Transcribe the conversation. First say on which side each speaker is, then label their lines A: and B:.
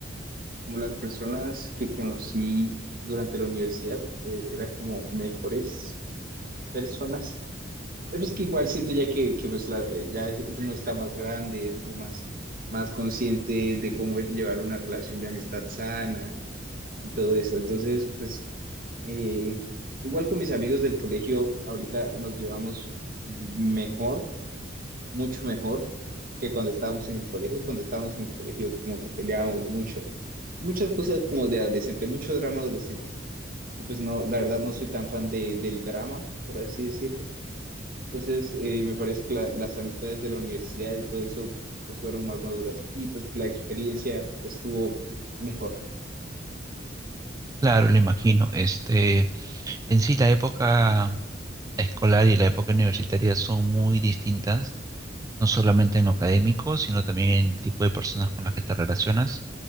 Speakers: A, on the right; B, on the right.
A: como las personas que conocí durante la universidad eh, eran como mejores. personas. Eh, Pues que igual siento ya que, que pues la- eh, ya uno está más grande, es como más, más consciente de cómo llevar una relación de amistad sana y todo eso. Entonces, pues eh, igual con mis amigos del colegio, ahorita nos llevamos mejor, mucho mejor que cuando estábamos en el colegio. Cuando estábamos en el colegio, como que peleábamos mucho. Muchas cosas como de adolescente, mucho drama adolescente. Y pues no, la verdad no soy tan fan de, del drama, por así decirlo entonces, eh, me parece que la- las amistades de la universidad y todo eso, pues fueron más maduras y pues la experiencia estuvo mejor.
B: Claro, lo imagino. Este, en sí, la época escolar y la época universitaria son muy distintas, no solamente en lo académico, sino también en el tipo de personas con las que te relacionas.